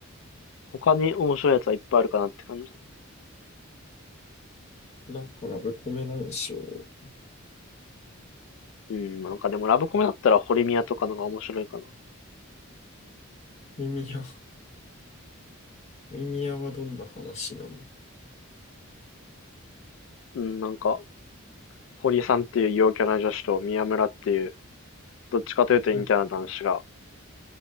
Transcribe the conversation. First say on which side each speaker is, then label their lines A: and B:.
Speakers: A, on the left; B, on the left.
A: 他に面白いやつはいっぱいあるかなって感じ。
B: なんかラブコメなんでしょ
A: うん、なんかでもラブコメだったら堀宮とかのが面白いかな。
B: う。リミア、リミアはどんな話なの
A: うん、なんか、堀さんっていう陽キャな女子と宮村っていう、どっちかというと陰キャな男子が、
B: うんああ、